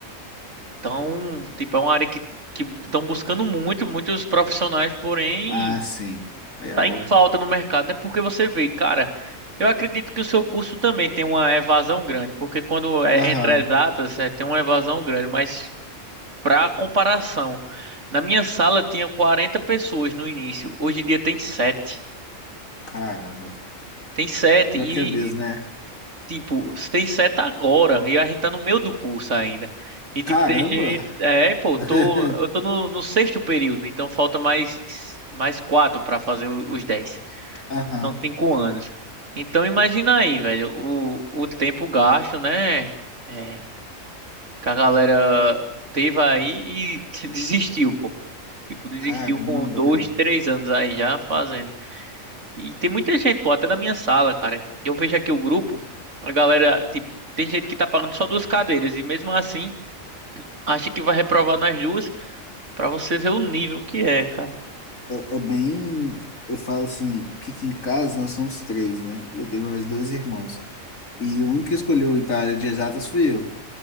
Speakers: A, on the right; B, on the left.
A: tão, tipo, é uma área que que estão buscando muito, muitos profissionais, porém
B: Ah, sim. Aí é
A: tá
B: bom.
A: em falta no mercado, né? Porque você vê, cara, eu acredito que o seu curso também tem uma evasão grande, porque quando é
B: Aham.
A: entre exatas, é, tem uma evasão grande, mas para comparação, na minha sala tinha 40 pessoas no início, hoje em dia tem sete
B: Caramba.
A: Tem 7
B: Pior
A: e
B: que é mesmo, né?
A: tipo, tem 7 agora e a gente tá no meio do curso ainda. E tipo,
B: Caramba!
A: tem gente, é, pô, eu
B: <laughs>
A: tô, eu tô no, no sexto período, então falta mais mais 4 para fazer o- os dez
B: Aham.
A: São cinco anos. Então imagina aí, velho, o, o tempo gasto, né? É, que a galera teve aí e <laughs> desistiu, pô. Tipo, desistiu
B: Caramba,
A: com dois,
B: cara.
A: três anos aí já fazendo. E tem muita gente, pô, até da minha sala, cara. Eu vejo aqui o grupo, a galera, tipo, tem gente que tá pagando só duas cadeiras e mesmo assim acha que vai reprovar nas duas pra você ver o nível que é, cara.
B: É, é bem. Eu falo assim, que aqui em casa nós somos três, né? Eu tenho mais dois irmãos. E o único que escolheu ir para a área de exatas fui eu.